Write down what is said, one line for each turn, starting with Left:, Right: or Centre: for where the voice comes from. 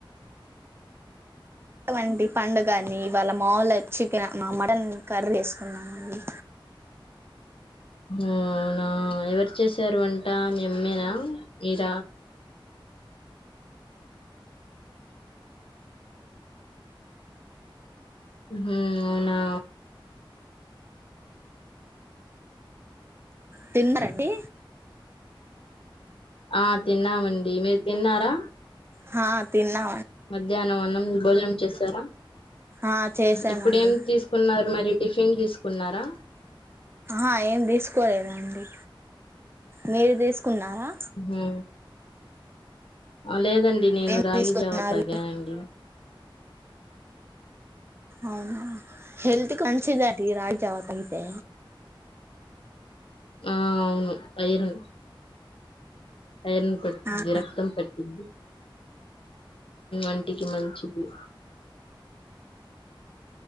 Right: వంటి పండుగని వాళ్ళ మాముూలు చికెన్ మటన్ కర్రీ వేసుకున్నామండి
Left: అవునా ఎవరు చేశారు వంట మీ అమ్మేనా మీర హమ్ అవున
Right: తిన్న రండి
Left: ఆ తిన్నామండి మీరు తిన్నారా
Right: హా తిన్నా
Left: మధ్యాహ్నం అన్నం భోజనం చేశారా
Right: ఆ చేసామండి
Left: ఇప్పుడేం తీసుకున్నారు మ మ టిఫిన్ తీసుకున్నారా
Right: ఆ ఏం తీసుకోలేదండి మీరు తీసుకో కున్నారా
Left: ఉహు లేదండి నేను
Right: ఏం
Left: రాగి
Right: తీసుకున్నారు
Left: జావ తగానండి
Right: అవునా హల్త్కి మంచిది అండి రాగి జావా తాగితే
Left: ఆ అవును ఐరన్ ఐరన్ పట్టింది
Right: ఆ
Left: రక్తం పట్టింది అంటికి మంచిది